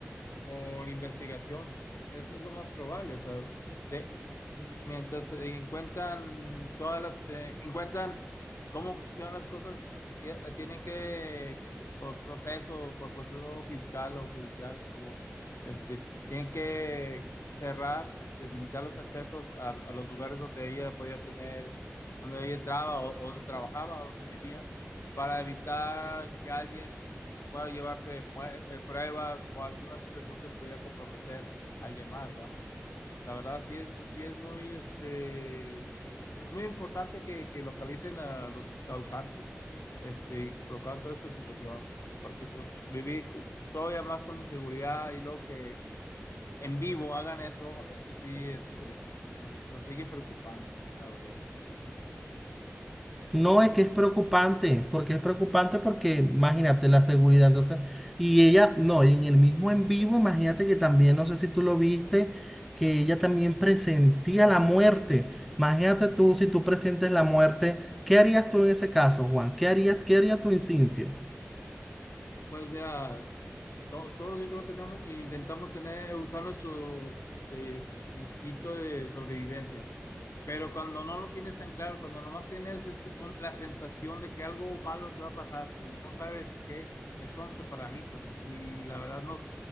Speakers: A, on the left (about 75°); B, in the centre.
A: por investigación. Es, es lo más probable. O sea, de- mientras eh, encuentran todas las, eh, encuentran cómo funcionan las cosas, ya, eh, tienen que, co- por proceso, por proceso fiscal o judicial, como este, tienen que cerrar, este, limitar los accesos a, a los lugares donde ella podía tener, donde ella entraba o o donde trabajaba, o donde vivía para evitar que alguien pueda llevarse eh, pruebas o alguna situación que pudiera comprometer a alguien más, ¿va? La verdad sí es, sí es muy, este, es muy importante que, que localicen a los causantes, este, que provocaron toda esta situación, porque pues viví cu- todavía más con inseguridad y luego que en vivo hagan eso, eso sí, este, nos, nos sigue preocupando, la verdad.
B: No, es que es preocupante, porque es preocupante porque imagínate la seguridad, entonces, y ella, no, y en el mismo en vivo, imagínate que también, no sé si tú lo viste, que ella también presentía la muerte. Imagínate tú, si tú presentes la muerte, ¿qué harías tú en ese caso, Juan? ¿Qué harías, qué haría tu instinto?
A: Pues mira, To- Todos, yo creo tenemos, intentamos tener, usar nuestros eh, instintos de sobrevivencia, pero cuando no lo tienes tan claro, cuando nomás tienes este, un- la sensación de que algo malo te va a pasar, pero no sabes qué, es cuando te paralizas y la verdad no,